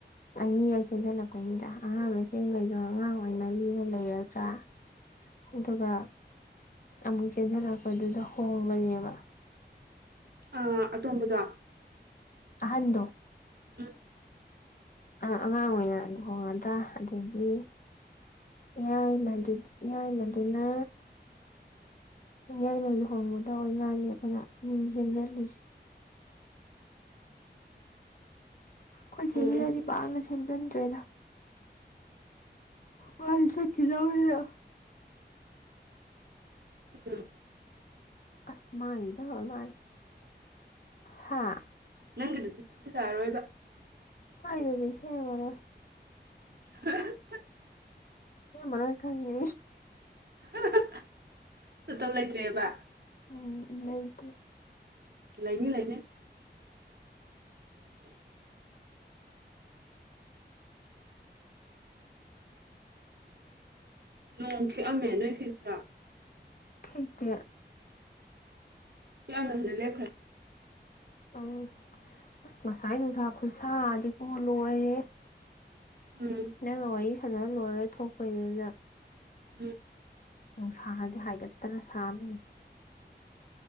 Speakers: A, on the left (about 50°); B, on the right (about 65°).
A: ꯑꯅꯤꯔꯛ ꯆꯦꯟꯖꯜꯂꯛꯄꯩꯅꯤꯗ ꯑꯍꯥꯟꯕ ꯆꯦꯟꯕꯩꯗꯣ ꯑꯉꯥꯡ ꯑꯣꯏꯃꯜꯂꯤꯅ ꯂꯩꯔꯗ꯭ꯔꯥ ꯑꯗꯨꯒ ꯑꯃꯨꯛ ꯆꯦꯟꯖꯜꯂꯛꯄꯗꯨꯗ ꯍꯣꯡꯕꯅꯦꯕ
B: ꯑꯥ ꯑꯇꯣꯝꯕꯗꯣ
A: ꯑꯍꯟꯗꯣ
B: ꯎꯝ
A: ꯑꯥ ꯑꯉꯥꯡ ꯑꯣꯏꯅ ꯂꯨꯍꯣꯡꯒꯗ꯭ꯔꯥ ꯑꯗꯒꯤ ꯌꯥꯏꯃꯗꯨ ꯌꯥꯏꯃꯗꯨꯅ ꯌꯥꯏꯃ ꯂꯨꯍꯣꯡꯕꯗꯣ ꯂꯦꯞꯄꯦꯅ ꯌꯨꯝ ꯁꯦꯝꯖꯜꯂꯤꯁꯤ ꯈꯣꯏ ꯆꯦꯒꯤꯗꯗꯤ
B: ꯎꯝ ꯎꯝ
A: ꯄꯥꯛꯅ ꯁꯦꯝꯖꯟꯗ꯭ꯔꯦꯗ <unintelligible>
B: ꯑꯝ
A: ꯑꯁ ꯃꯥꯒꯤꯗ ꯑꯣꯏꯃꯜꯂꯦ ꯍꯥꯥ
B: ꯅꯪꯒꯤꯗꯗꯤ ꯁꯦꯝꯖꯤꯜꯂꯛ ꯑꯔꯣꯏꯕ
A: ꯍꯥꯏꯗꯗꯤ ꯁꯦꯝꯃꯔꯣꯏ
B: <unintelligible>
A: ꯁꯦꯝꯃꯔꯣꯏ ꯈꯪꯉꯦ
B: <unintelligible> ꯃꯇꯝ ꯂꯩꯇ꯭ꯔꯦꯕ
A: ꯎꯝ ꯂꯩꯥꯇ꯭ꯔꯦ
B: ꯂꯩꯅꯤ ꯂꯩꯅꯤ <unintelligible> ꯅꯣꯡ ꯈꯤꯛꯑꯝꯃꯦ ꯅꯣꯏ ꯈꯤꯛꯇ꯭ꯔꯥ
A: ꯈꯤꯛꯇꯦ
B: ꯈꯤꯛ ꯑꯝꯃꯦ ꯍꯧꯖꯤꯛ ꯂꯦꯞꯈ꯭ꯔꯦ
A: ꯑꯧ ꯉꯁꯥꯏ ꯅꯨꯡꯁꯥ ꯈꯨꯠꯁꯥꯗꯤꯀꯣ ꯂꯣꯏꯔꯦ
B: ꯎꯝ
A: ꯅꯪꯒ ꯋꯥꯔꯤ ꯁꯥꯟꯅꯔ ꯂꯣꯏꯔ ꯊꯣꯛꯄꯩꯗꯨꯗ
B: ꯎꯝ
A: ꯅꯨꯡꯁꯥꯗꯤ ꯍꯥꯏꯒꯠꯇꯅ ꯁꯥꯅꯤ